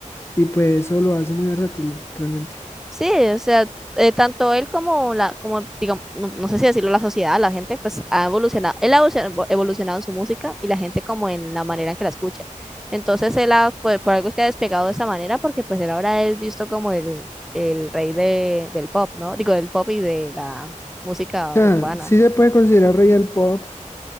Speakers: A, on the left; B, in the centre.
A: Y pues eso lo hace muy versátil, realmente.
B: Sí, o sea, eh, tanto él como la, como, digamos, no, no sé si decirlo, la sociedad, la gente, pues ha evolucionado, él ha evolucionado evolucionado en su música y la gente como en la manera en que la escucha. Entonces él ha, pues, por algo es que ha despegado de esa manera, porque pues él ahora es visto como el, el rey de, del pop, ¿no? Digo, del pop y de la música
A: O sea,
B: urbana.
A: sí se puede considerar rey del pop.